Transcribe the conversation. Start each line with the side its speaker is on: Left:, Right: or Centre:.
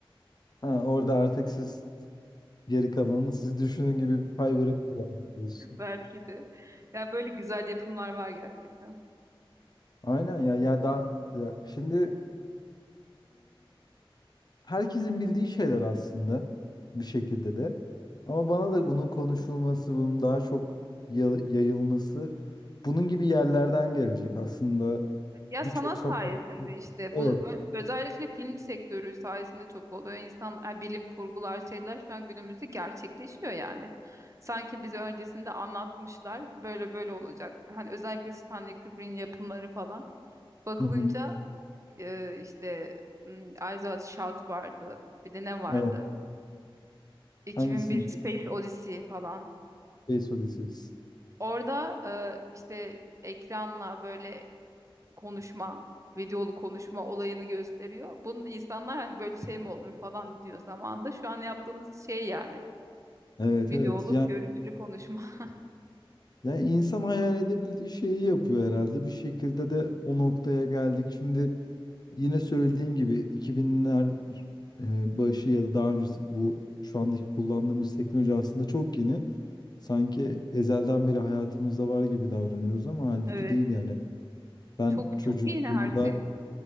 Left: ha, orada artık siz geri kalanını siz düşünün gibi bir pay bırakıyorsunuz.
Right: <laughs> Belki de. Ya böyle güzel yapımlar var gerçekten.
Left: Aynen ya ya da ya şimdi herkesin bildiği şeyler aslında bir şekilde de. Ama bana da bunun konuşulması, bunun daha çok ya- yayılması, bunun gibi yerlerden gelecek. Aslında
Right: Ya
Left: birçok
Right: sanat
Left: sanat...
Right: sayesinde işte
Left: Evet.
Right: bu ö- özellikle film sektörü sayesinde çok oluyor. İnsan ha, bilim kurgular şeyler şu an günümüzde gerçekleşiyor yani. Sanki bize öncesinde anlatmışlar böyle böyle olacak. Hani özellikle Stanley Kubrick'in yapımları falan. Bakılınca
Left: Hı hı.
Right: e, işte m, Eyes Wide Shut vardı. Bir de ne vardı?
Left: Evet.
Right: 2001
Left: Hangisini?
Right: Space Odyssey falan.
Left: Space Odyssey.
Right: Orada e, işte ekranla böyle konuşma, videolu konuşma olayını gösteriyor. Bunun insanlar hani böyle şey mi olur falan diyor zamanında. Şu an yaptığımız şey yani.
Left: Evet
Right: Videolu,
Left: evet. Yani,
Right: görüntülü konuşma. <laughs>
Left: yani insan hayal edebildiği şeyi yapıyor herhalde. Bir şekilde de o noktaya geldik. Şimdi Yine söylediğin gibi 2000'ler e, başı ya da daha önce bu şu andaki kullandığımız teknoloji aslında çok yeni. Sanki ezelden beri hayatımızda var gibi davranıyoruz ama halbuki
Right: Evet.
Left: değil yani. Ben
Right: Çok
Left: çocukluğumda
Right: çok yeni her şey.